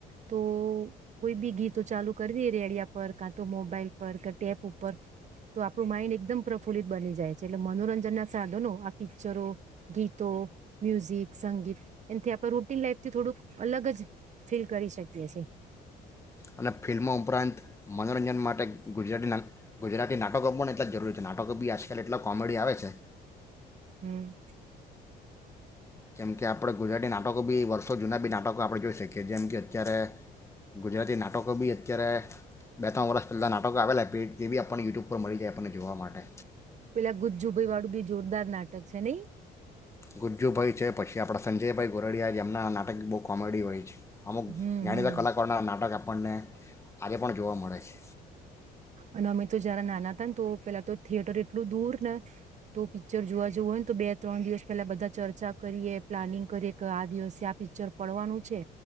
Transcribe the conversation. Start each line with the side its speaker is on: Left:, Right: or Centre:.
Right: તો કોઈ બી ગીતો ચાલુ કરી રેડિયા પર કા તો મોબાઈલ પર ટેપ ઉપર તો આપણું માઈન્ડ એકદમ પ્રફુલિત બની જાય છે, એટલે મનોરંજન ના સાધનો આ પિક્ચરો ગીતો મ્યુઝિક સંગીત એથી આપણે લાઈફથી થોડુંક અલગ જ ફીલ કરી શકીએી,
Left: અને ફિલ્મો ઉપરાંત મનોરંજન માટે ગુજરાતી ગુજરાતી નાટકો પણ એટલા જરૂરી છે, નાટકો બી આજકાલ એટલા કોમેડી આવે છે,
Right: હમ્મ
Left: જેમ કે આપણે ગુજરાતી નાટકો બી વર્ષો જૂના બી નાટકો આપણે જોઈ શકીએ, જેમ કે અત્યારે ગુજરાતી નાટકો બી અત્યારે બે ત્રણ વર્ષ પહેલાં નાટકો આવેલા જે બી આપણને યુટ્યુબ પર મળી જાય આપણને જોવા માટે
Right: પેલા ગુજ્જુભાઈ વાળું બી જોરદાર નાટક છે, નઈ
Left: ગુજ્જુભાઈ છે પછી આપણા સંજયભાઈ ગોરડીયા જેમના નાટક બહુ કોમેડી હોય છે, અમુક
Right: હમ
Left: જાણીતા
Right: હમ
Left: કલાકારોના નાટક આપણને આજે પણ જોવા મળે છે,
Right: અને અમે તો જરા નાના હતા ને તો પેલા તો થિયેટર એટલું દૂર ને તો પિક્ચર જોવા જેવું હોય, ને તો બે ત્રણ દિવસ પેલા બધા ચર્ચા કરીએ પ્લાનિંગ કરીએ કે આ દિવસ આ પિક્ચર પડવાનું છે,